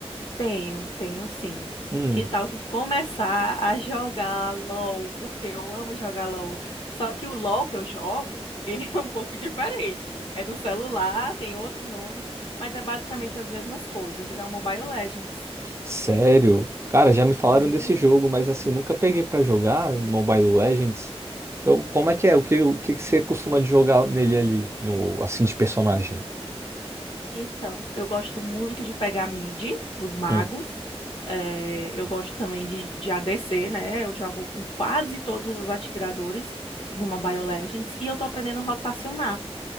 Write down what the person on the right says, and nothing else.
Hum.
Sério? Cara, já me falaram
desse jogo, mas assim, nunca peguei pra jogar em Mobile Legends. Eu, como é que é? O que, o que que você costuma de jogar nele ali, no assim de personagem?
Hum.